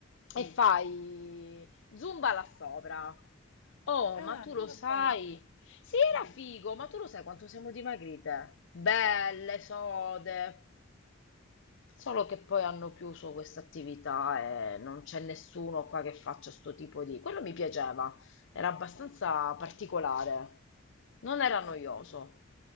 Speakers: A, on the left (about 60°); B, on the left (about 85°).
A: E
B: Mm.
A: fai zumba là sopra. Oh,
B: Ah,
A: ma tu lo
B: vabbè,
A: sai?
B: ho
A: Sì,
B: capito.
A: era figo, ma tu lo sai quanto siamo dimagrite? Belle, sode. Solo che poi hanno chiuso questa attività e non c'è nessuno qua che faccia sto tipo di... Quello mi piaceva, era abbastanza particolare, non era noioso.
B: Eh,